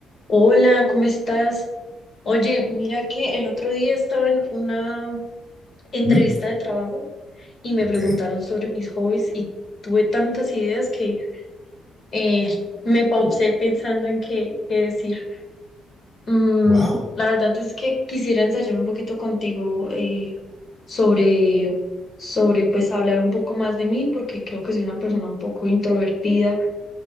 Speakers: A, on the left; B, on the left.
A: Hola, ¿cómo estás? Oye, mira que el otro día estaba en una entrevista
B: Mm,
A: de trabajo y me
B: Ok,
A: preguntaron sobre mis hobbies y tuve tantas ideas que eh, me pausé pensando en qué, qué decir. Mm,
B: wow.
A: la verdad es que quisiera ensayar un poquito contigo eh, sobre, sobre, pues hablar un poco más de mí porque creo que soy una persona un poco introvertida.